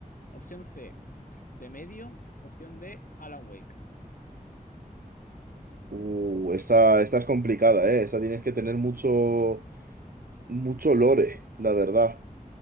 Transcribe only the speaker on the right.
Uh, esta, esta es complicada, ¿eh? Esta tienes que tener mucho... Mucho lore, la verdad.